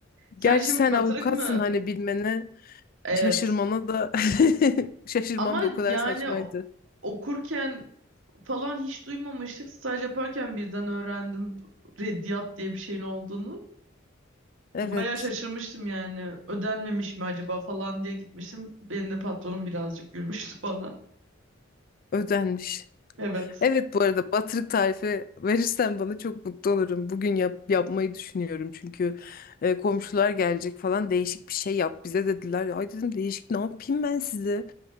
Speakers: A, on the right; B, on the left.
A: Sen
B: Gerçi
A: şimdi
B: sen
A: batırık
B: avukatsın
A: mı?
B: hani bilmene
A: Evet.
B: şaşırmana da <laughs> şaşırmam
A: Ama
B: da o kadar
A: yani
B: saçmaydı.
A: o- okurken falan hiç duymamıştık. Staj yaparken birden öğrendim Reddiyat diye bir şeyin olduğunu.
B: Evet.
A: Bayağı şaşırmıştım yani. Ödenmemiş mi acaba falan diye gitmiştim. Benim de patronum birazcık gülmüştü <laughs> bana.
B: Ödenmiş.
A: Evet.
B: Evet bu arada batırık tarifi verirsen bana çok mutlu olurum. Bugün yap, yapmayı düşünüyorum çünkü e, komşular gelecek falan değişik bir şey yap bize dediler. Ay dedim değişik ne yapayım ben size?